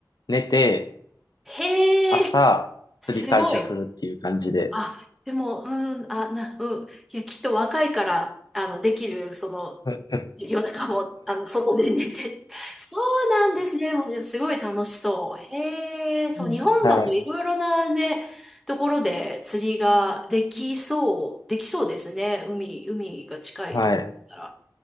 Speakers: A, on the left (about 65°); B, in the centre.
A: 寝て、
B: へえ、
A: 朝、
B: すごい。
A: 釣り開始するっていう感じで。
B: あ、でも、うん、あ、な、うん、いや、きっと若いから、あの、できる、その、
A: <laughs> は
B: 夜中も、あの、外で寝て。そうなんですね。もう、すごい楽しそう。へえ、そう、
A: い。
B: 日本だといろいろなね、ところで釣りができそう、できそうですね。海、海が近いところだったら。
A: はい。